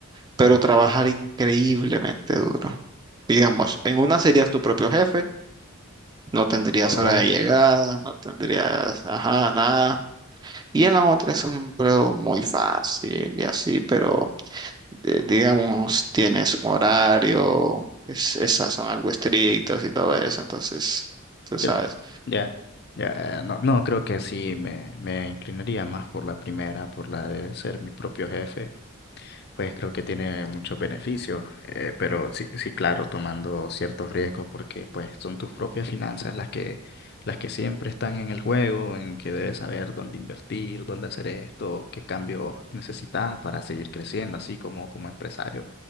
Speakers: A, on the right; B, on the left.
A: pero trabajar increíblemente duro. Digamos, en una serías tu propio jefe, no tendrías
B: Oh.
A: hora de llegada, no tendrías, ajá, nada Y en la otra es un empleo muy fácil y así, pero eh, digamos, tienes su horario, es, esas son algo estrictas y todo eso, entonces, tú sabes.
B: Cre- Ya, ya, eh, no, no, creo que sí me, me inclinaría más por la primera, por la de ser mi propio jefe. Pues creo que tiene muchos beneficios, eh, pero sí, sí, claro, tomando ciertos riesgos porque pues son tus propias finanzas las que, las que siempre están en el juego, en que debes saber dónde invertir, dónde hacer esto, qué cambios necesitas para seguir creciendo, así como como empresario.